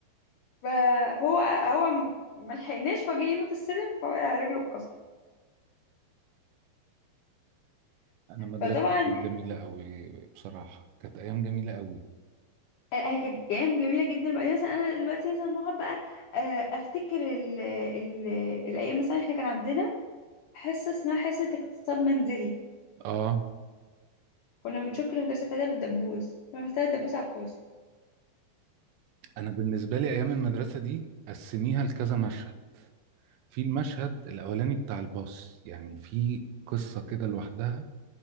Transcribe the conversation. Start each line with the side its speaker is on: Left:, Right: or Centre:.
Left: ف- فهو هو ما لحقناش فجه ينط السلم فوقع رجله اتكسرت
Right: انا مدرستي
Left: فطبعا
Right: كانت جميله قوي بصراحه كانت ايام جميله قوي
Left: يعني هي كانت ايام جميله جدا بعدين مثلا انا دلوقتي مثلا بقعد بقى آه، افتكر ال ال الايام مثلا احنا كان عندنا حصه اسمها حصه اقتصاد منزلي
Right: اه
Left: كنا بنشك المدرسه بتاعتها بالدبوس نروح بتاع الدبوس على الكرسي
Right: انا بالنسبه لي ايام المدرسه دي قسميها لكذا مشهد في المشهد الاولاني بتاع الباص يعني في قصه كده لوحدها